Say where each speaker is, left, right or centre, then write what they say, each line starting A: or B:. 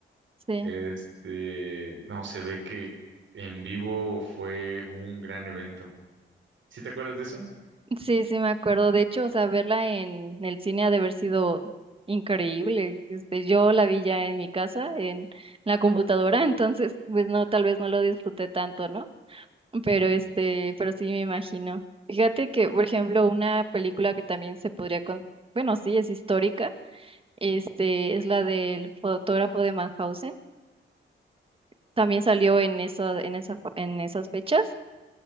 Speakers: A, on the right; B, on the right.
A: Sí,
B: Este, no, se ve que en vivo fue un gran evento. ¿Sí te acuerdas de eso?
A: sí, sí, me acuerdo. De hecho, o sea, verla en el cine ha de haber sido increíble. Este, yo la vi ya en mi casa, en la computadora, <laughs> entonces, pues no, tal vez no lo disfruté tanto, ¿no? Pero este, pero sí me imagino. Fíjate que, por ejemplo, una película que también se podría con, bueno, sí, es histórica, este, es la del fotógrafo de Mauthausen. También salió en eso, en esa, fa- en esas fechas.